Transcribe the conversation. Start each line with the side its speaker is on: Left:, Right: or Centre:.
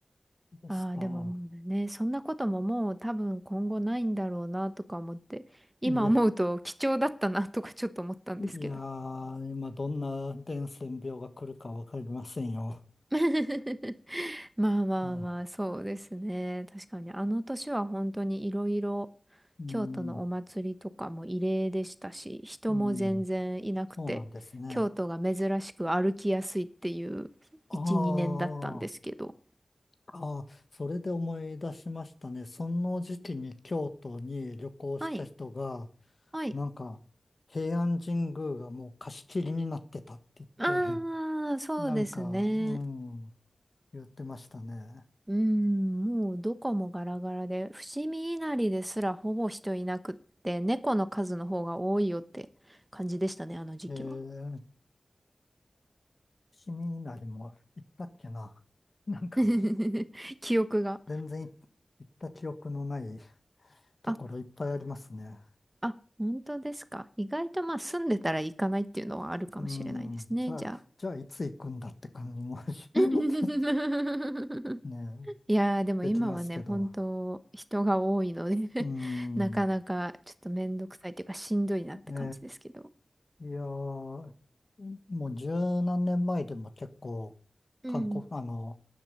Left: ですか。
Right: ああ、でももうね、そんなことももう多分今後ないんだろうなとか思って、今思うと貴重だったなとかちょっと思ったんですけど。
Left: いや、いやー、今どんな伝染病が来るかわかりませんよ。
Right: <laughs> まあまあまあ、
Left: うん。
Right: そうですね。確かに、あの年は本当にいろいろ、
Left: うん。
Right: 京都のお祭りとかも異例でしたし、人も全然いなくて、
Left: うん。そうなんですね。
Right: 京都が珍しく歩きやすいっていう1、
Left: ああ。
Right: 2年だったんですけど。
Left: ああ、それで思い出しましたね。その時期に京都に旅行した人が、
Right: はい、はい。
Left: なんか、平安神宮がもう貸し切りになってたって言っ
Right: ああ、
Left: て、<laughs>
Right: そうですね。
Left: なんか、うん、言ってましたね。
Right: うん、もうどこもガラガラで、伏見稲荷ですらほぼ人いなくって、猫の数の方が多いよって感じでしたね、あの時期は。
Left: えー、伏見稲荷も行ったっけな。<laughs> なんか、
Right: <laughs> 記憶が。
Left: 全然行った記憶のないところいっぱいありますね。
Right: あ、あ、本当ですか。意外とまあ住んでたら行かないっていうのはあるかもしれないですね。
Left: うん、じゃあ、
Right: じゃあ。
Left: じゃあいつ行くんだって感じも <laughs>
Right: <laughs>
Left: ね、
Right: いやーでも今はね、
Left: できますけど。
Right: 本当人が多いので
Left: うん、
Right: <laughs> なかなかちょっとめんどくさいというかしんどいなって感じですけど。
Left: ええいやー、うんもう十何年前でも結構、
Right: うん。
Left: 観光、あの、